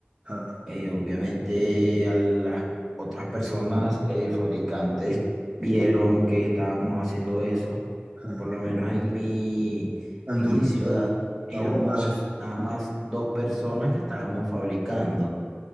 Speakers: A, on the right; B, in the centre.
A: eh,
B: eh, obviamente a las otras personas, eh, fabricantes, vieron que estábamos haciendo eso.
A: eh,
B: Por lo menos en mi,
A: en
B: en
A: tu
B: mi
A: nicho.
B: ciudad
A: eh. Está
B: éramos
A: bueno, sí.
B: nada más dos personas que estábamos fabricando.